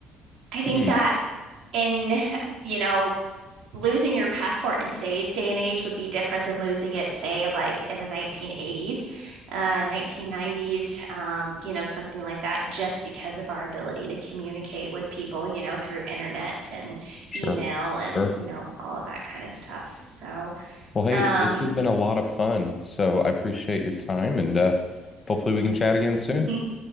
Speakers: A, on the right; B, on the left.
A: I think
B: hmm,
A: that in, you know, losing your passport in today's day and age would be different than losing it, say, like in the 1980s, uh, 1990s, um, you know, something like that, just because of our ability to communicate with people, you know, through internet and
B: sure,
A: email and,
B: sure.
A: you know, all of that kind of stuff. So,
B: Well, hey,
A: um,
B: this has been a lot of fun, so I appreciate your time, and uh, hopefully we can chat again soon.
A: <laughs> all